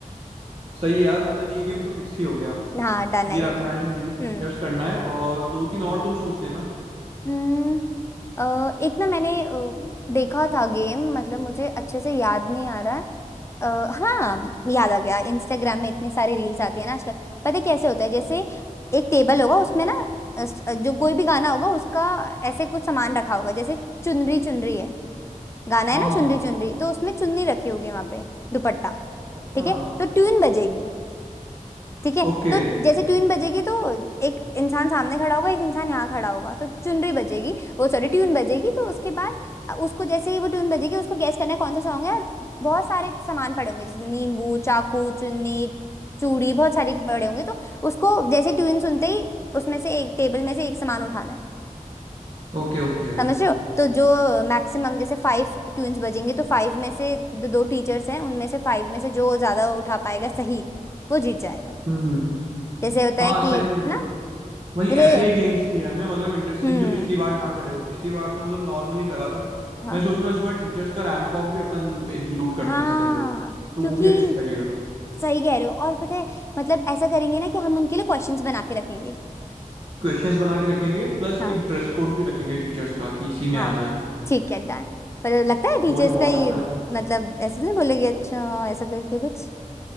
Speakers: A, on the right; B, on the left.
A: सही है यार मतलब ये गेम तो फिक्स ही हो गया
B: हाँ डन है
A: ये रखना
B: ये तो हम्म
A: है म्यूजिक चेयर्स करना है और दो तीन और तुम सोच लेना
B: हम्म, अ, एक ना मैंने अ, देखा था गेम मतलब मुझे अच्छे से याद नहीं आ रहा है अ, हाँ याद आ गया इंस्टाग्राम में इतने सारे रील्स आती है ना आजकल पता है कैसे होता है जैसे एक टेबल होगा उसमें ना अ, स- जो कोई भी गाना होगा उसका ऐसे कुछ सामान रखा होगा जैसे चुनरी चुनरी है गाना है
A: हाँ
B: ना
A: हाँ
B: चुनरी चुनरी तो उसमें चुन्नी रखी होगी वहां पे दुपट्टा
A: अच्छा
B: ठीक है तो ट्यून बजेगी ठीक है
A: Okay
B: तो जैसे ट्यून बजेगी तो एक इंसान सामने खड़ा होगा एक इंसान यहाँ खड़ा होगा तो चुनरी बजेगी वो सॉरी ट्यून बजेगी तो उसके बाद अ, उसको जैसे ही वो ट्यून बजेगी उसको गैस करना है कौन सा सॉन्ग है और बहुत सारे सामान पड़े होंगे जैसे नींबू चाकू चुन्नी चूड़ी बहुत सारी पड़े होंगे तो उसको जैसे ट्यून सुनते ही उसमें से एक टेबल में से एक सामान उठाना है
A: okay okay
B: समझ रहे हो तो जो मैक्सिमम जैसे फाइव ट्यून्स बजेंगे तो फाइव में से जो दो टीचर्स हैं उनमें से फाइव में से जो ज्यादा उठा पाएगा सही वो जीत जाएगा
A: हम्म हम्म
B: जैसे होता
A: हाँ
B: है कि
A: सही
B: है
A: है मतलब
B: ना
A: भाई
B: रे
A: ऐसे ही गेम्स किए हमने मतलब इंटरेस्टिंग
B: हम्म
A: जो पिछली बार ना करे हो पिछली बार तो मतलब नॉर्मली करा था
B: हाँ
A: मैं सोच रहा हूँ इस बार टीचर्स का रैंप वॉक भी अपन इंक्लूड करते
B: हाँ
A: हैं इसके अंदर तो
B: क्योंकि
A: वो भी अच्छा लगेगा
B: सही कह रहे हो और पता है मतलब ऐसा करेंगे ना कि हम उनके लिए क्वेश्चंस बना के रखेंगे
A: क्वेश्चंस बना के रखेंगे प्लस
B: हाँ
A: एक ड्रेस कोड भी रखेंगे टीचर्स का कि इसी में
B: हाँ
A: आना है
B: ठीक है डन पर लगता है टीचर्स
A: तो वही
B: का
A: बहुत
B: ही
A: अच्छा रहे
B: मतलब ऐसे तो नहीं बोलेगी अच्छा ऐसा करके कुछ